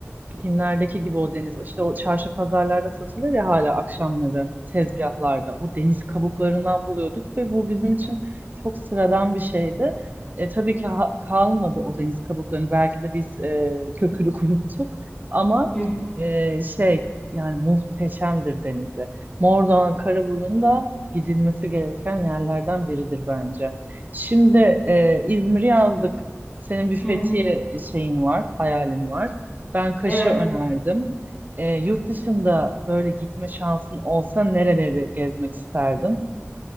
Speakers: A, on the right; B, in the centre.
A: Filmlerdeki gibi o deniz. İşte o çarşı pazarlarda satılır ya hala akşamları tezgahlarda. O deniz kabuklarından buluyorduk ve bu bizim için çok sıradan bir şeydi. E, tabii ki ha- kalmadı o deniz kabuklarını. Belki de biz e, kökünü <laughs> kuruttuk. Ama
B: Hı hı.
A: e, şey yani muhteşemdir denizi. Mordoğan, Karaburun da gidilmesi gereken yerlerden biridir bence. Şimdi e, İzmir'i yazdık. Senin bir Fethiye
B: Hı hı.
A: şeyin var, hayalin var. Ben Kaş'ı
B: Evet.
A: önerdim. Ee, yurt dışında böyle gitme şansın olsa nereleri gezmek isterdin?